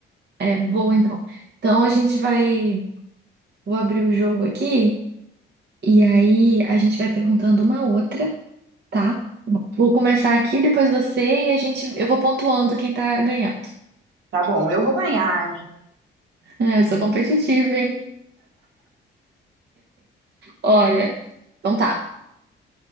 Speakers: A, on the right (about 60°); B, on the right (about 75°).
A: É, boa então. Então a gente vai. Vou abrir o jogo aqui e aí a gente vai perguntando uma outra, tá? Vou começar aqui, depois você e a gente. Eu vou pontuando quem tá ganhando. <laughs>
B: Tá bom, eu vou ganhar, hein?
A: É, eu sou competitiva, hein? Olha. Então tá.